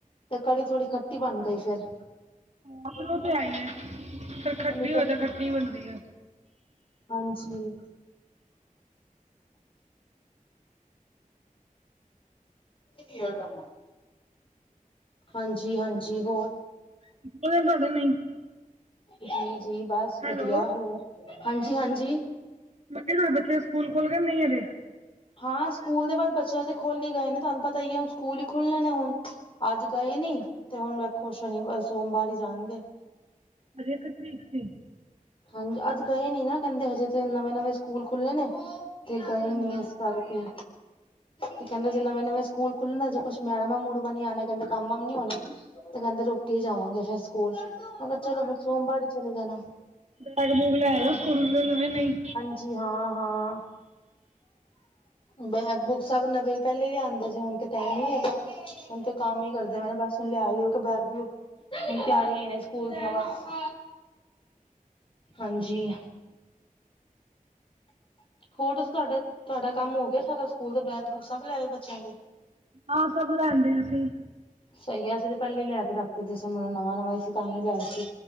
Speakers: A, on the left; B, on the right.
A: ਤੇ, ਕੜੀ ਥੋੜ੍ਹੀ ਖੱਟੀ ਬਣ ਗਈ ਫਿਰ।
B: ਹਾ ਫਿਰ ਓਹ ਤੇ ਹੈਈ ਏ, ਫਿਰ
A: ਨਹੀਂ
B: ਖੱਟੀ
A: ਤਾਂ
B: ਹੋਏ ਤੇ
A: ਸੀ
B: ਖੱਟੀ ਬਣਦੀ ਐ।
A: ਹਾਂਜੀ। ਕੀ ਆ <unintelligible> ਹਾਂਜੀ ਹਾਂਜੀ, ਹੋਰ?
B: ਓ ਦਿਨ ਤੁਹਾਡੇ ਨਹੀਂ।
A: ਜੀ ਜੀ ਬਸ ਵਧੀਆ,
B: ਹੈਲੋ
A: ਹੋਰ? ਹਾਂਜੀ ਹਾਂਜੀ।
B: ਮੈਂ ਕਿਆ ਤੁਹਾਡੇ ਬੱਚਿਆਂ ਦੇ ਸਕੂਲ ਖੁੱਲ ਗਏ ਕਿ ਨਹੀਂ ਅਜੇ?
A: ਹਾਂ, ਸਕੂਲ ਤੇ ਪਰ ਬੱਚਿਆਂ ਦੇ ਖੁੱਲ ਹੀ ਗਏ ਨੇ, ਤੁਹਾਨੂੰ ਪਤਾ ਹੀ ਐ ਹੁਣ ਸਕੂਲ ਹੀ ਖੁੱਲਣੇ ਨੇ ਹੁਣ। ਅੱਜ ਗਏ ਨੀ ਤੇ ਹੁਣ ਵੇਖੋ ਸ਼ਨੀਵਾਰ ਸੋਮਵਾਰ ਹੀ ਜਾਣਗੇ।
B: ਅੱਜ ਇੱਕ ਤਰੀਕ ਸੀ।
A: ਹਾਂਜੀ, ਅੱਜ ਗਏ ਨੀ ਨਾ ਕਹਿੰਦੇ ਹਜੇ ਤੇ ਨਵੇਂ-ਨਵੇਂ ਸਕੂਲ ਖੁੱਲ੍ਹੇ ਨੇ। ਤੇ ਗਏ
B: ਹਾਂਜੀ
A: ਨੀ ਇਸ ਕਰਕੇ। ਤੇ ਕਹਿੰਦੇ ਅਜੇ ਨਵੇਂ-ਨਵੇਂ ਸਕੂਲ ਖੁੱਲੇ ਨੇ, ਅਜੇ ਕੁਛ ਮੈਡਮਾਂ-ਮੂਡਮਾਂ ਨੀ ਆਣਾ, ਕਹਿੰਦੇ ਕੰਮ ਵੰਮ ਨੀ ਆਣਾ। ਤੇ ਕਹਿੰਦੇ ਰੁੱਕ ਕੇ ਹੀ ਜਾਵਾਂਗੇ ਫੇਰ ਸਕੂਲ, ਮੈਂ ਕਿਹਾ ਚਲੋ ਫੇਰ ਸੋਮਵਾਰ ਹੀ ਚਲੇ ਜਾਣਾ।
B: ਬੈਗ ਬੂਗ ਲੈ ਆਏ ਓ ਸਕੂਲ ਦੇ ਨਵੇਂ ਨਹੀਂ?
A: ਜੀ, ਹਾਂ ਹਾਂ। ਬੈਗ ਬੂਗ ਸਭ ਨਵੇਂ ਪਹਿਲੇ ਹੀ ਲਿਆਂਦੇ ਸੀ ਹੁਣ। ਤੇ ਟਾਈਮ ਨੀ ਹੈਗਾ, ਹੁਣ ਤੇ ਕੰਮ ਈ ਕਰਦੇ ਪਏ ਨੇ ਬਸ ਹੁਣ ਲਿਆ ਲੂ ਕੇ ਬੈਗ ਬੂਗ। ਹੁਣ ਤਿਆਰੀਆਂ ਹੀ ਨੇ ਸਕੂਲ ਦੀਆਂ ਬਸ। ਹਾਂਜੀ। ਹੋਰ ਤੁਸੀਂ ਤੁਹਾਡੇ ਤੁਹਾਡਾ ਕੰਮ ਹੋ ਗਿਆ ਸਾਰਾ ਸਕੂਲ ਦਾ, ਬੈਗ ਬੂਗ ਸਭ ਲੈ ਆਏ ਬੱਚਿਆਂ ਦੇ?
B: ਹਾਂ, ਸਭ ਲੈਣ ਦੇ ਅਸੀਂ।
A: ਸਹੀ ਆ, ਅਸੀਂ ਤੇ ਪਹਿਲੇ ਹੀ ਲਿਆ ਕੇ ਰੱਖਤੇ ਸੀ, ਜਿਸ ਟੈਮ ਨਵਾਂ ਨਵਾਂ ਸੀ ਤਾਂ ਹੀ ਲੈ ਆਏ ਸੀ।